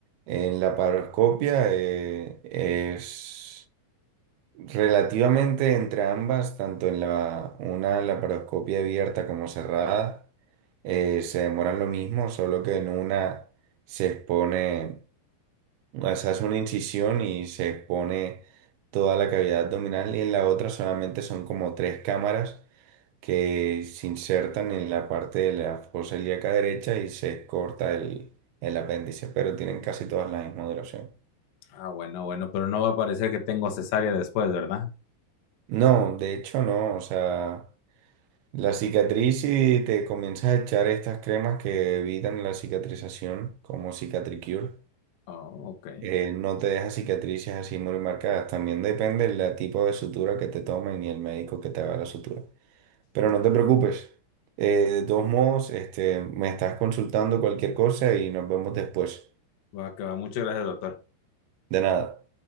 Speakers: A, on the right (about 75°); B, on the left (about 65°).
A: En la laparoscopia eh, es Relativamente entre ambas, tanto en la una laparoscopia abierta como cerrada, eh, se demoran lo mismo, solo que en una se expone, o sea, hace una incisión y se expone toda la cavidad abdominal y en la otra solamente son como tres cámaras que se insertan en la parte de la fosa ilíaca derecha y se corta el, el apéndice, pero tienen casi todas la misma duración.
B: Ah, bueno, bueno, pero no va a parecer que tengo cesárea después, ¿verdad?
A: No, de hecho no, o sea... La cicatriz y te comienzas a echar estas cremas que evitan la cicatrización, como Cicatricure,
B: Ah, ok.
A: eh, no te deja cicatrices así muy marcadas. También depende del tipo de sutura que te tomen y el médico que te haga la sutura. Pero
B: Entiendo.
A: no te preocupes. Eh, de todos modos, este, me estás consultando cualquier cosa y nos vemos después.
B: Va, que va. Muchas gracias, doctor.
A: De nada.